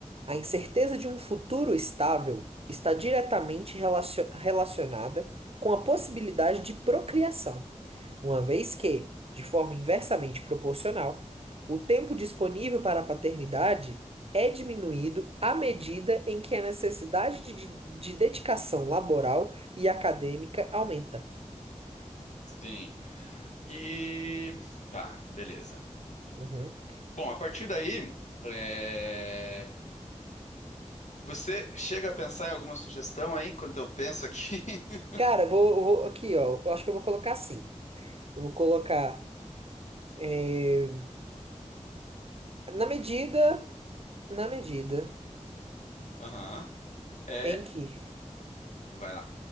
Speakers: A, on the right; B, on the left.
A: a incerteza de um futuro estável está diretamente relacio- relacionada com a possibilidade de procriação uma vez que, de forma inversamente proporcional, o tempo disponível para a paternidade é diminuído à medida em que a necessidade de, de- dedicação laboral e acadêmica aumenta.
B: sim. E tá, beleza.
A: Uhum.
B: Bom, a partir daí, é, você chega a pensar em alguma sugestão aí enquanto eu penso aqui? <laughs>
A: Cara, vou, vou- aqui, ó. Eu acho que eu vou colocar assim. Eu vou colocar eh, na medida, na medida
B: Aham. É,
A: em que,
B: vai lá.